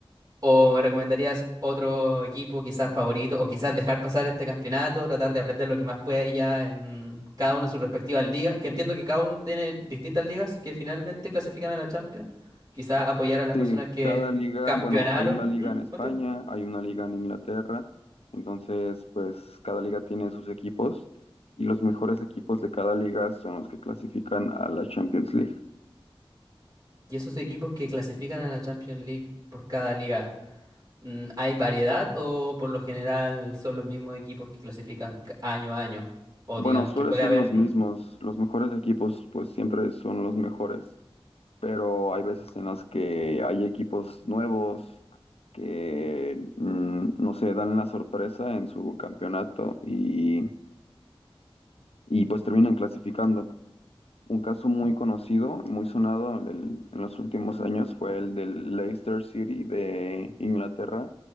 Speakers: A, on the right; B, on the left.
A: ¿O me recomendarías otro equipo quizás favorito? ¿O quizás dejar pasar este campeonato, tratar de aprender lo que más puede ya en cada uno de sus respectivas ligas? Que entiendo que cada uno tiene distintas ligas que finalmente clasifican a la Champions. Quizás apoyar a las
B: Sí,
A: personas que
B: cada liga,
A: campeonaron.
B: bueno, hay una liga
A: ¿Mm?
B: en España,
A: Cuéntame.
B: hay una liga en Inglaterra, entonces, pues cada liga tiene sus equipos y los mejores equipos de cada liga son los que clasifican a la Champions League.
A: Y esos equipos que clasifican a la Champions League por cada liga. Mm, ¿Hay variedad o por lo general son los mismos equipos que clasifican ca- año a año? O
B: Bueno,
A: digamos
B: suele
A: que puede
B: ser
A: haber,
B: los
A: ¿Mm?
B: mismos. Los mejores equipos, pues siempre son los mejores, pero hay veces en las que hay equipos nuevos que, mm, no sé, dan la sorpresa en su campeonato y, y, pues terminan clasificando. Un caso muy conocido, muy sonado en el- en los últimos años fue el del Leicester City de Inglaterra,